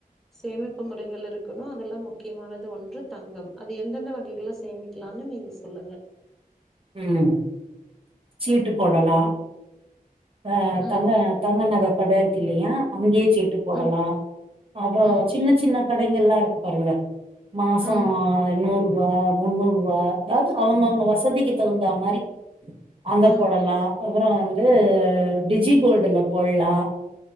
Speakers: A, in the centre; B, on the right.
A: சேமிப்பு முறைகள் இருக்கணு அதுல முக்கியமானது ஒன்று தங்கம் அது எந்தெந்த வகைகள்ல சேமி க்கலானு நீங்க சொல்லுங்கள்
B: ம் சீட்டு போடலா அ
A: ம்
B: தங்க தங்க நக கட இருக்குல்லியா அங்யே சீட்டு போடலா
A: ம்
B: அப்புறோ
A: ம்
B: சின்ன சின்ன கடைங்கல்லா இருக்கு பாருங்க மாசோ
A: ம்
B: ஐநூறு ருவா முன்னூர் ருவா அது அவுங்கவுங்க வசதிக்கி தகுந்தா மாரி அங்க
A: ம்
B: போடலா அப்பறோ வந்து அ டிஜி கோல்டுல போல்லா